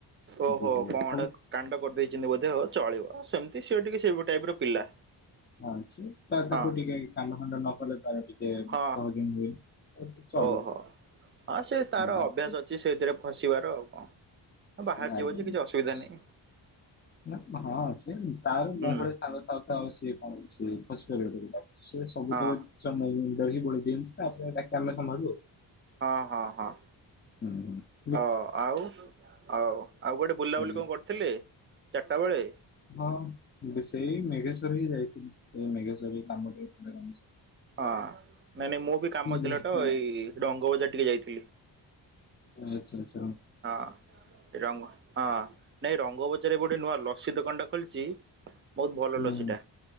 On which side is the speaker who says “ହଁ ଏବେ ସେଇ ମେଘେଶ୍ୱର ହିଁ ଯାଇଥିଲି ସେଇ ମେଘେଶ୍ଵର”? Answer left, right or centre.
Left